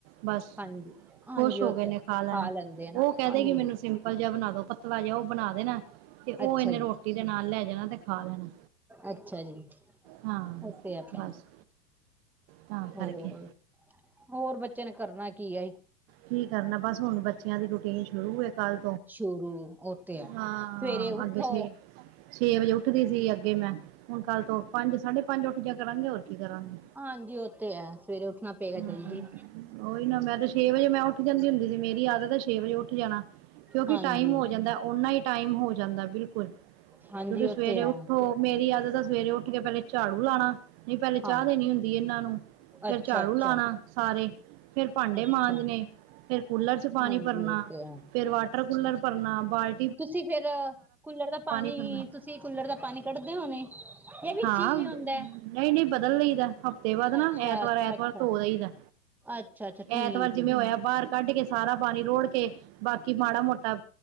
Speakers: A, on the right; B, in the centre.
A: ਬਸ
B: ਹਾਂਜੀ ਹਾਂਜੀ
A: ਖੁਸ਼ ਹੋ
B: ਉਹ
A: ਗਏ
B: ਤੇ
A: ਨੇ ਖਾ ਲੈਣਾ
B: ਲੈਂਦੇ ਆ ਨਾ
A: ਉਹ ਕਹਿਦੇਗੀ
B: ਹਾਂਜੀ
A: ਮੈਨੂੰ ਸਿੰਪਲ ਜਿਹਾ ਬਣਾ ਦੋ ਪਤਲਾ ਜਿਹਾ ਉਹ ਬਣਾ ਦੇਣਾ ਤੇ ਉਹ
B: ਅੱਛਾ
A: ਇਹਨੇ
B: ਜੀ
A: ਰੋਟੀ ਦੇ ਨਾਲ ਲੈ ਜਾਣਾ ਤੇ ਖਾ ਦੇਣਾ
B: ਅੱਛਾ ਜੀ
A: ਹਾਂ
B: ਉਹ ਤੇ ਹੈ ਭੈਣ
A: ਬਸ ਤਾਂ
B: ਹੋਰ
A: ਕਰਕੇ
B: ਹੋਰ ਬੱਚੇ ਨੇ ਕਰਨਾ ਕੀ ਆ
A: ਕੀ ਕਰਨਾ ਬਸ ਹੁਣ ਬੱਚਿਆਂ ਦੀ ਰੁਟੀਨ ਸ਼ੁਰੂ ਐ ਕੱਲ
B: ਸ਼ੁਰੂ ਉਹ ਤੇ ਹੈ
A: ਹਾਂ
B: ਸਵੇਰੇ ਉੱਠੋ
A: ਅੱਗੇ ਸੇ ਛੇ ਵਜੇ ਉੱਠਦੀ ਸੀ ਅੱਗੇ, ਮੈਂ ਹੁਣ ਕੱਲ ਤੋਂ ਪੰਜ ਸਾਢੇ ਪੰਜ ਉੱਠ ਜਿਆ ਕਰਾਂਗੇ ਹੋਰ ਕੀ ਕਰਾਂਗੇ।
B: ਹਾਂਜੀ, ਉਹ ਤਾਂ ਹੈ ਸਵੇਰੇ ਉੱਠਣਾ ਪਏਗਾ ਜਲਦੀ।
A: ਹਾਂ ਉਹੀ ਨਾ ਮੈਂ ਤੇ ਛੇ ਵਜੇ ਮੈਂ ਉੱਠ ਜਾਂਦੀ ਹੁੰਦੀ ਸੀ ਮੇਰੀ ਆਦਤ ਐ ਛੇ ਵਜੇ ਉੱਠ ਜਾਣਾ। ਕਿਉਂਕਿ
B: ਹਾਂਜੀ
A: ਟਾਈਮ ਹੋ ਜਾਂਦਾ ਓਨਾ ਈ ਟਾਈਮ ਹੋ ਜਾਂਦਾ ਬਿਲਕੁਲ
B: ਹਾਂਜੀ
A: ਕਿਉਂਕਿ
B: ਉਹ
A: ਸਵੇਰੇ
B: ਤੇ ਹੈ
A: ਉੱਠੋ ਮੇਰੀ ਆਦਤ ਆ ਸਵੇਰੇ ਉਠ ਪਹਿਲੇ ਝਾੜੂ ਲਾਣਾ ਨਹੀਂ ਪਹਿਲੇ ਚਾਹ
B: ਹਾਂਜੀ
A: ਦੇਣੀ ਹੁੰਦੀ ਇਹਨਾਂ ਨੂੰ ਫੇਰ
B: ਅੱਛਾ
A: ਝਾੜੂ
B: ਅੱਛਾ
A: ਲਾਣਾ ਸਾਰੇ। ਫੇਰ ਭਾਂਡੇ
B: ਅੱਛਾ
A: ਮਾਂਜਣੇ ਫੇਰ ਕੂਲਰ ਚ ਪਾਣੀ
B: ਹਾਂਜੀ
A: ਭਰਨਾ
B: ਉਹ ਤੇ ਹੈ
A: ਫਿਰ ਵਾਟਰ ਕੂਲਰ ਭਰਨਾ ਬਾਲ
B: ਤੁਸੀਂ ਫ਼ਿਰ ਕੂਲਰ ਦਾ ਪਾਣੀ
A: ਭਰਨਾ
B: ਤੁਸੀਂ ਕੂਲਰ ਦਾ ਪਾਣੀ ਕੱਢਦੇ ਹੋਣੇ। ਜਾਂ ਵਿੱਚ
A: ਹਾਂ,
B: ਹੀ ਹੁੰਦਾ
A: ਨਹੀਂ-ਨਹੀਂ ਬਦਲ ਲਈ ਦਾ ਹਫ਼ਤੇ ਬਾਅਦ ਨਾ
B: ਅੱਛਾ
A: ਐਤਵਾਰ
B: ਅੱਛਾ
A: ਐਤਵਾਰ
B: ਅੱਛਾ
A: ਧੋ ਲਈ ਦਾ।
B: ਅੱਛਾ-ਅੱਛਾ ਠੀਕ
A: ਐਤਵਾਰ ਜਿਵੇਂ
B: ਏ।
A: ਹੋਇਆ ਬਾਹਰ ਕੱਢ ਕੇ ਸਾਰਾ ਪਾਣੀ ਰੋੜ ਕੇ ਬਾਕੀ ਮਾੜਾ ਮੋਟਾ